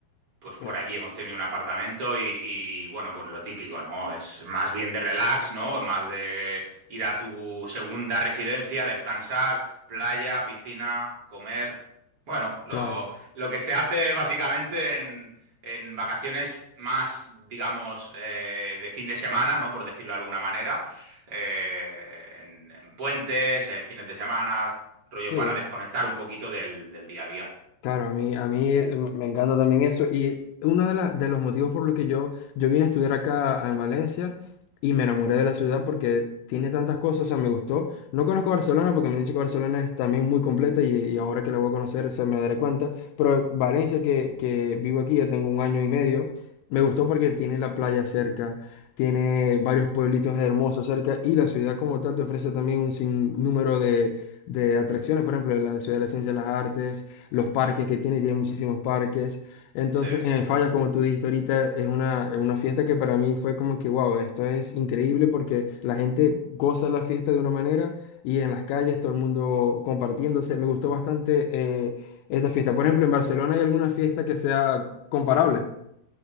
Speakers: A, on the right; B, on the left.
A: pues por
B: eh,
A: allí hemos tenido un apartamento y, y, bueno, pues lo típico, ¿no? Es más bien de relax, ¿no? Más de ir a tu segunda residencia, descansar, playa, piscina, comer. Bueno, lo,
B: claro,
A: lo que se hace básicamente en, en vacaciones más, digamos, eh, de fin de semana, ¿no? Por decirlo de alguna manera. Eh, en, en puentes, eh, fines de semana, rollo
B: sí.
A: para desconectar un poquito del, del día a día.
B: Claro, a mí, a mí eh, me encanta también eso. Y uno de, la- de los motivos por los que yo, yo vine a estudiar acá en Valencia y me enamoré de la ciudad porque tiene tantas cosas, o sea, me gustó. No conozco Barcelona porque me han dicho que Barcelona es también muy completa y, y ahora que la voy a conocer se me daré cuenta. Pero Valencia, que, que vivo aquí, ya tengo un año y medio, me gustó porque tiene la playa cerca, tiene varios pueblitos hermosos cerca y la ciudad como tal te ofrece también un sinnúmero de, de atracciones.
A: Mm,
B: Por ejemplo, la ciudad de la ciencia y las artes los parques que tiene, tiene muchísimos parques. Entonces,
A: sí.
B: en Fallas, como tú dijiste ahorita, es una, es una fiesta que para mí fue como que, wow, esto es increíble porque la gente goza la fiesta de una manera y en las calles todo el mundo compartiéndose. Me gustó bastante eh, esta fiesta. Por ejemplo, en Barcelona hay alguna fiesta que sea comparable.